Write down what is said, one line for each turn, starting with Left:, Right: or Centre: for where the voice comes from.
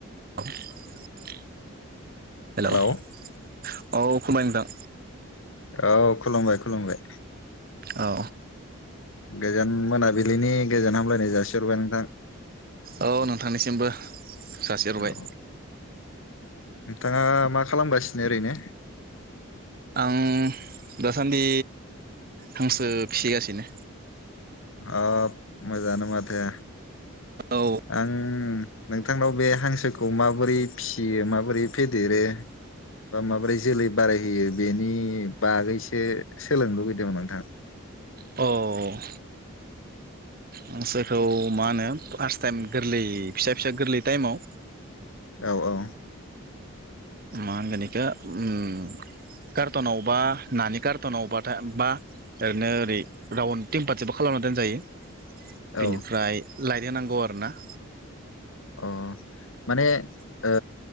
Right: <unintelligible> हेल'।
Left: Hello
Right: औ खुलुमबाइ नोंथां।
Left: औ खुलुमबाय खुलुमबाय।
Right: औ
Left: गोजोन मोनाबिलिनि गोजोन हामलायनाय जासिहरबाय नोंथां।
Right: औ नोंथांनिसिमबो। जासि हरबाय।
Left: औ नोंथाङा मा खालामगासिनो ओरैनो?
Right: आं दासान्दि हांसो फिसिगासिनो।
Left: आब मोजाङानो माथो।
Right: औ
Left: आं उम नोंथांनाव बे हांसोखौ माबोरै फिसियो माबोरै फेदेरो बा माबोरै जोलै बारायहोयो बेनि बागैसो सोलोंनो लुगैदोंमोन नोंथां।
Right: औ। हांसोखौ मा होनो फार्स्ट टाइम गोरलै फिसा फिसा गोरलै टाइमाव
Left: औ औ
Right: मा होनगोन एखो उम कार्टनावबा नानि कार्टनावबाथाय बा ओरैनो ओरै राउन्ड टिमपा <inaudible> सेबो खालामना दोनजायो।
Left: औ
Right: बिनिफ्राय लाइट होनांगौ आरोना
Left: अ माने ओ